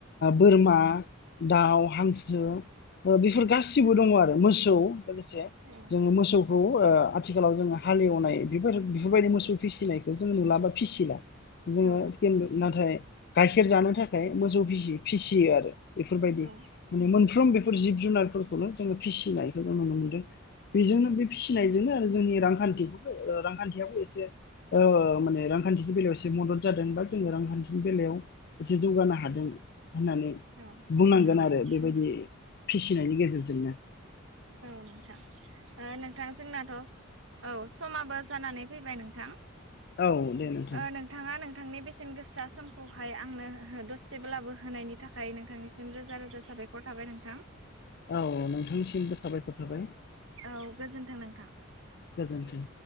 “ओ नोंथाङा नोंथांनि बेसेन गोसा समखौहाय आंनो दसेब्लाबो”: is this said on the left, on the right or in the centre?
Right